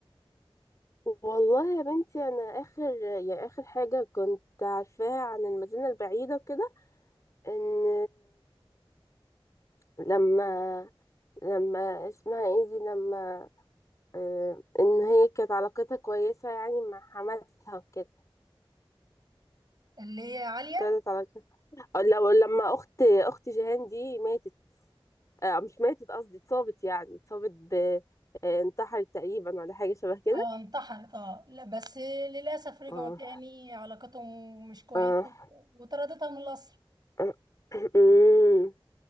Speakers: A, on the left; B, on the right.
A: والله يا بنتي انا اخر يعني اخر حاجه كنت عارفاها عن المدينه البعيده وكده ان لما لما اسمها ايه دي لما آه، ان هي كانت علاقتها كويسة يعني مع حماتها وكده
B: اللي هي عالية
A: ابتدت علاقتها أو لو لما اخت اخت جيهان دي ماتت آه، مش ماتت قصدي اتصابت يعني اتصابت ب آه، انتحرت تقريبا ولا حاجة شبه كده
B: اه انتحرت اه لا بس للأسف رجعوا
A: اه
B: تاني علاقتهم مش كويسة
A: اه
B: وطردتها من القصر
A: <coughs> <clears throat> أمم،